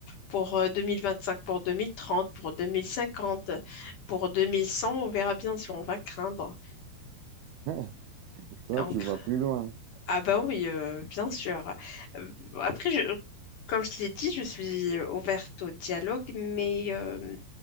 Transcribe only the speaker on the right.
<laughs> toi,
tu
vas plus loin.